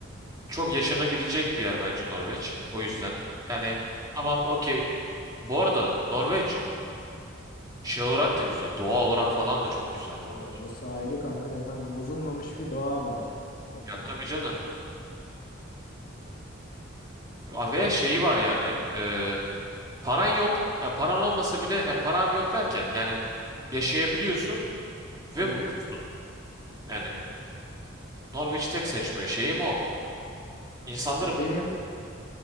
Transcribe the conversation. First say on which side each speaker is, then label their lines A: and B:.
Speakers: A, on the right; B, on the left.
A: çok yaşanabilecek bir yer bence Norveç. O yüzden. Yani tamam okey. Bu arada Norveç şey olarak da güzel. Doğa olarak falan da çok güzel
B: Ya
A: Norveç.
B: orası ayrı kanka zaten bozulmamış bir doğa var ortada.
A: Ya tabii canım. A- Ve şeyi var yani. eee, paran yok. Ya paran olmasa bile ya paran yok derken yani yaşayabiliyorsun ve
B: Evet.
A: mutlusun. Yani Norveç'i tek seçmiyor. Şeyim o. İnsanların
B: Ya
A: mutlu.
B: benim